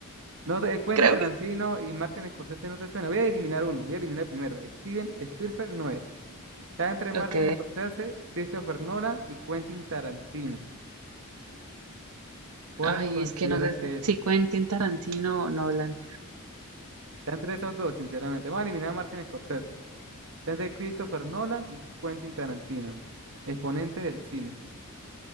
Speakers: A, on the right (about 60°); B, on the right (about 75°).
A: No te, Quentin
B: Creo
A: Tarantino
B: que
A: y Martin Scorsese no te suena. Voy a eliminar uno, voy a eliminar el primero. Steven Spielberg no es. Está entre Martin
B: Ok.
A: Scorsese, Christopher Nolan y Quentin Tarantino. ¿Cuál
B: Ay,
A: consideras
B: es que no sé
A: que es?
B: si Quentin Tarantino o Nolan.
A: Está entre esos dos, sinceramente. Vamos a eliminar a Martin Scorsese. Está entre Christopher Nolan y Quentin Tarantino, exponentes del cine.